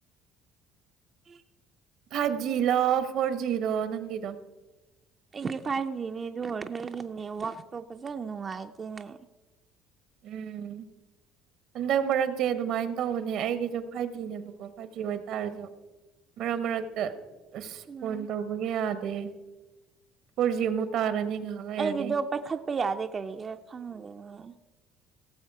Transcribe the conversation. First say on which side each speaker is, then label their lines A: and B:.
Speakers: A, on the right; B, on the right.
A: <inaudible>
B: ꯐꯥꯏꯚ ꯖꯤ ꯂꯣ ꯐꯣꯔꯖꯤ ꯂꯣ ꯅꯪꯒꯤꯗꯣ
A: ꯑꯩꯒꯤ ꯐꯥꯏꯚ ꯖꯤꯅꯦ ꯑꯗꯨ ꯑꯣꯏꯔꯁꯨ ꯑꯩꯒꯤ ꯅꯦꯠꯋꯥꯛꯇꯣ ꯐꯖꯅ ꯅꯨꯡꯉꯥꯏꯇꯦꯅꯦ
B: ꯎꯝ
A: <inaudible>
B: ꯍꯟꯗꯛ ꯃꯔꯛꯁꯦ ꯑꯗꯨꯃꯥꯏꯅ ꯇꯧꯕꯅꯦ ꯑꯩꯒꯤꯁꯨ ꯐꯥꯏꯚ ꯖꯤꯅꯦꯕꯀꯣ ꯐꯥꯏꯚ ꯖꯤ ꯑꯣꯏꯇꯥꯔꯁꯨ ꯃꯔꯛ ꯃꯔꯛꯇ ꯑꯁ
A: ꯎꯝ
B: ꯐꯣꯟ ꯇꯧꯕꯒ ꯌꯥꯗꯦ ꯑꯦ ꯐꯣꯔꯖꯤꯃꯨꯛ ꯇꯥꯔꯅꯤ ꯉꯥꯏꯍꯥꯛ ꯂꯩꯔꯗꯤ
A: ꯑꯩꯒꯤꯗꯣ ꯄꯥꯏꯈꯠꯄ ꯌꯥꯗꯦ ꯀꯔꯤꯒꯤꯔꯥ ꯈꯪꯗꯦꯅꯦ